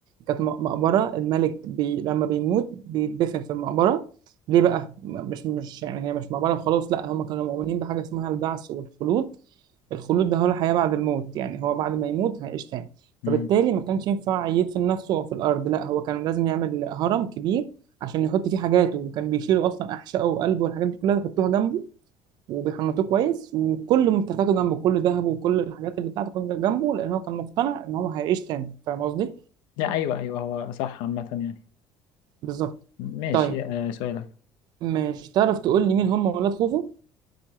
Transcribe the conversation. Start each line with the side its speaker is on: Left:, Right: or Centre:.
Right: كانت م- مقبرة الملك بي لما بيموت بيتدفن في المقبرة ليه بقى؟ م- مش مش يعني هي مش مقبرة وخلاص لا هم كانوا مؤمنين بحاجة اسمها البعث والخلود الخلود ده هو الحياة بعد الموت يعني هو بعد ما يموت هيعيش تاني
Left: امم
Right: فبالتالي ما كانش ينفع يدفن نفسه أو في الأرض لا هو كان لازم يعمل هرم كبير عشان يحط فيه حاجاته وكان بيشيلوا أصلا أحشائه وقلبه والحاجات دي كلها ويحطوها جنبه وبيحنطوه كويس وكل ممتلكاته جنبه كل ذهبه وكل الحاجات اللي بتاعته كانت جنبه لان هو كان مقتنع ان هو هيعيش تاني فاهم قصدي
Left: لا ايوه ايوه هو صح عامة يعني
Right: بالظبط
Left: ماشي
Right: طيب
Left: آه سؤالك
Right: مش تعرف تقول لي مين هم ولاد خوفو